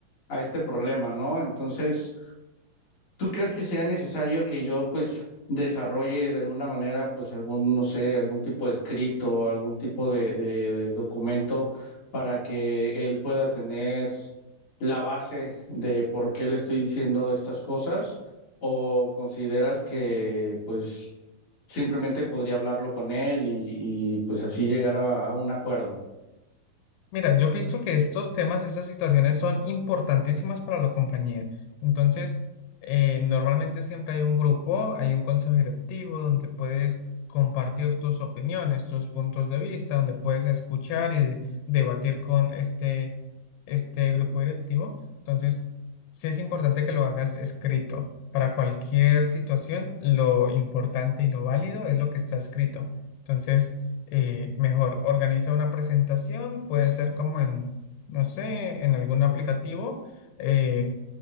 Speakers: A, on the left; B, on the left.
A: a este problema, ¿no? Entonces, ¿Tú crees que sea necesario que yo pues desarrolle de alguna manera pues algún, no sé, algún tipo de escrito, algún tipo de, de- de documento para que él pueda tener la base de por qué le estoy diciendo estas cosas? ¿O consideras que pues simplemente podría hablarlo con él y, y, pues así llegar a a un acuerdo?
B: Mira, yo pienso que estos temas, estas situaciones son importantísimas para la compañía. Entonces, eh, normalmente siempre hay un grupo, hay un consejo directivo donde puedes compartir tus opiniones, tus puntos de vista, donde puedes escuchar y de- debatir con este, este grupo directivo. Entonces, sí es importante que lo hagas escrito. Para cualquier situación, lo importante y lo válido es lo que está escrito. Entonces, eh, mejor organiza una presentación, puede ser como en, no sé, en algún aplicativo, eh,